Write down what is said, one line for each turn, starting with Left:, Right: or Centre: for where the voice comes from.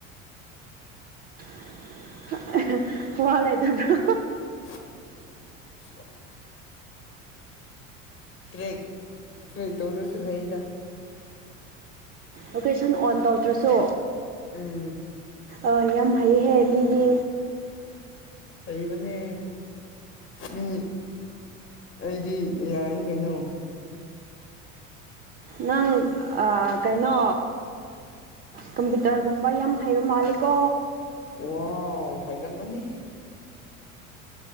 Right: <unintelligible> ꯋꯥ ꯂꯩꯇꯕ꯭ꯔꯣ
Left: <unintelligible> ꯇ꯭ꯔꯦꯛ ꯇ꯭ꯔꯦꯛ ꯇꯧꯔꯁꯨ ꯍꯩꯗ
Right: ꯂꯣꯀꯦꯁꯟ ꯑꯣꯟ ꯇꯧꯗ꯭ꯔꯁꯨ
Left: ꯎꯝ
Right: ꯑꯣ ꯌꯥꯝ ꯍꯩꯌꯦ ꯍꯦ ꯃꯤꯗꯤ
Left: ꯍꯩꯕꯅꯦ ꯃꯤ ꯑꯩꯗꯤ ꯑꯦ ꯌꯥꯏ ꯅꯤ ꯀꯩꯅꯣ
Right: ꯅꯪ ꯑꯥ ꯀꯩꯅꯣ ꯀꯝꯄ꯭ꯌꯨꯇꯔꯒꯨꯝꯕ ꯌꯥꯝ ꯍꯩꯕ ꯃꯥꯂꯦꯀꯣ
Left: ꯋꯥꯎ ꯍꯩꯔꯝꯃꯅꯤ